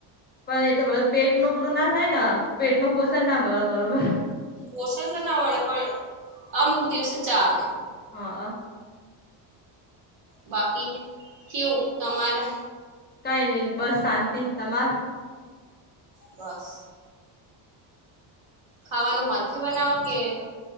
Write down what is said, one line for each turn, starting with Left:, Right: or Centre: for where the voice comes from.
Left: પણ એ તો બધું પેટનું પલું ના થાય ન, પેટ નું પોષણ ના મળે બરોબર.
Right: પોષણ તો ના મળે પણ અમુક દિવસે ચાલે.
Left: હહ અ.
Right: બાકી, કેવું તમારે?
Left: કઈ નઈ બસ શાંતિ. તમાર?
Right: બસ. ખાવાનું હાથે બનાવો કે